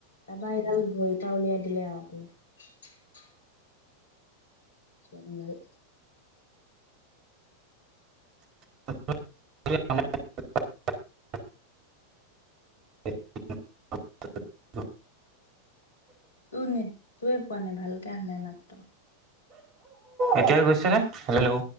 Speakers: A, on the left (about 65°); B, on the right (about 35°).
A: তাৰপা এইডাল ভৰিৰ পৰা উলিয়াই দিলে আৰু আও। সো <unintelligible>
B: <unintelligible> <unintelligible>
A: তোৰ নেটটোয়ে পোৱা নাই ভালকে আহা নাই মাতটো।
B: এতিয়াই গৈছে নে হেল্ল'।